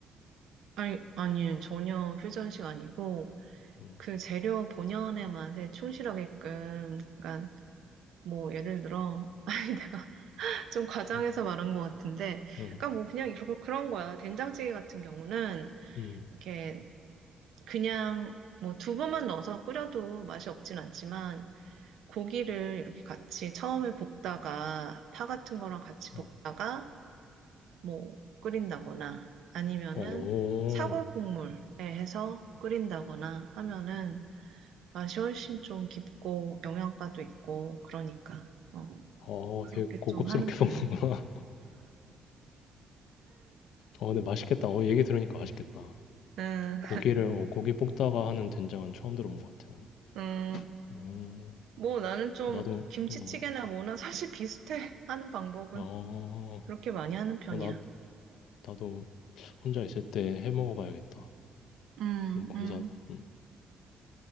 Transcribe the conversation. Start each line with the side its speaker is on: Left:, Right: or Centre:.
Right: 아니, 아니, 전혀 퓨전식 아니고,
Left: 음.
Right: 그 재료 본연의 맛에 충실하게끔, 그러니까 뭐 예를 들어, <laughs> 아니 내가 <laughs> 좀 과장해서
Left: 음.
Right: 말한 것 같은데,
Left: 음.
Right: 그러니까 뭐 그냥 이렇게 그런 거야. 된장찌개 같은 경우는
Left: 음.
Right: 이렇게 그냥 뭐 두부만 넣어서 끓여도 맛이 없진 않지만 고기를 이렇게 같이 처음에 볶다가 파 같은 거랑 같이
Left: 음.
Right: 볶다가 뭐 끓인다거나 아니면은
Left: 어.
Right: 사골 국물에 해서 끓인다거나 하면은 맛이 훨씬 좀 깊고 영양가도 있고 그러니까 어
Left: 어
Right: 그렇게
Left: 되게 고급스럽게
Right: 좀 하는 편이에요.
Left: <laughs> 먹는구나. 어, 근데 맛있겠다. 어, 얘기 들으니까 맛있겠다.
Right: 음,
Left: 고기를, 어, 고기 볶다가 하는 된장은 처음 들어본 것 같아, 난.
Right: 음,
Left: 음,
Right: 뭐 나는 좀
Left: 어, 나도,
Right: 김치찌개나
Left: 어,
Right: 뭐나 사실 비슷해 하는 방법은
Left: 어,
Right: 그렇게 많이 하는 편이야.
Left: 어, 나, 나도 혼자 있을 때 해 먹어봐야겠다.
Right: 음,
Left: 너무 감사하다.
Right: 음.
Left: 음,